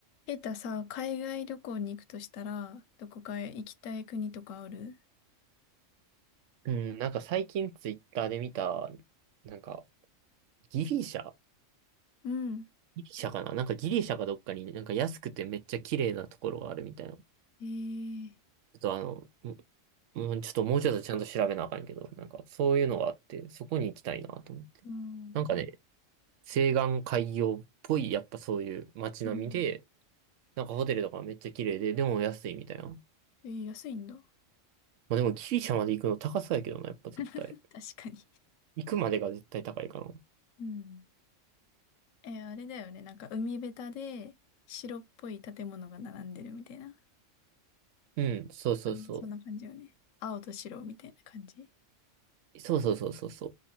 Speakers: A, on the left; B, on the right.
A: ケータさ、海外旅行に行くとしたら、どこか行きたい国とかある
B: うん、なんか最近ツイッターで見た、なんかギリシャ
A: うん。
B: ギリシャかななんかギリシャかどっかになんか安くてめっちゃ綺麗なところがあるみたいな。ち
A: ええ
B: ょっとあの、もうんちょっともうちょっとちゃんと調べなあかんけど、なんかそういうのがあって、そこに行きたいなと思って。
A: うん。
B: なんかね、西岸海洋っぽい、やっぱそういう街並みで、
A: うん。
B: なんかホテルとかめっちゃ綺麗で、でも安いみたいな。ま
A: えー安いんだ。
B: あでもギリシャまで行くの高そうやけどな、やっぱ絶対。
A: <laughs> 確かに。
B: 行くまでが絶対高いかな。
A: うん。えーあれだよね。なんか海べたで白っぽい建物が並んでるみたいな。
B: うん、そうそうそう。
A: あの、そんな感じよね。青と白みたいな感じ。
B: そうそうそうそうそ